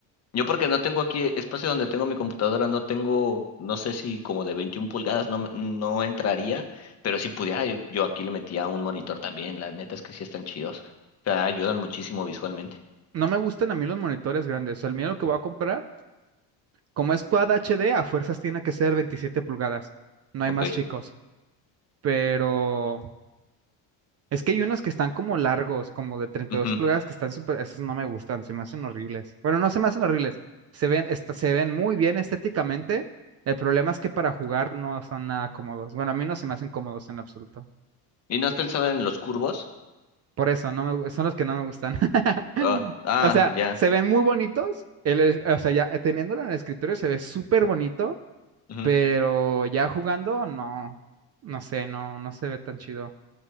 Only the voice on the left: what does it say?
Yo porque no tengo aquí espacio donde tengo mi computadora, no tengo, no sé si como de 21 pulgadas no, me- no entraría, pero si pudiera, yo, yo aquí le metía un monitor también. La neta es que sí están chidos. O sea, ayudan muchísimo visualmente.
Ok.
Ujú.
¿Y no has pensado en los curvos?
Ah, ah,
ya.
Ujú.